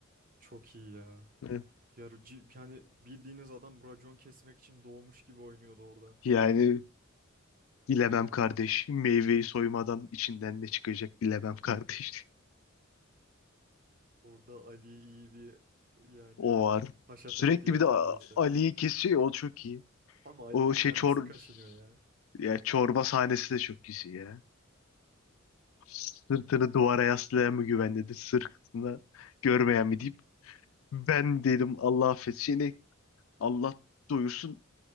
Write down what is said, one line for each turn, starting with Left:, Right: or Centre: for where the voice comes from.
Right: Çok iyi ya.
Left: Eh,
Right: Yarıcı yani bildiğiniz adam racon kesmek için doğmuş gibi oynuyordu orada.
Left: Yani bilemem kardeş. Meyveyi soymadan içinden ne çıkacak bilemem kardeş.
Right: Orada Ali'yi iyi bir yani
Left: O var.
Right: haşat
Left: Sürekli
Right: etti ya
Left: bir de
Right: neredeyse.
Left: A- Ali'yi kesiyor ya, o çok iyi.
Right: Ama Ali'nin
Left: O şey
Right: kendisi
Left: çor
Right: kaşınıyor ya.
Left: ya çorba sahnesi de çok güzel ya. Sırtını duvara yaslayan mı güvendedir? Sırtını görmeyen mi deyip ben dedim Allah affetsin. Allah doyursun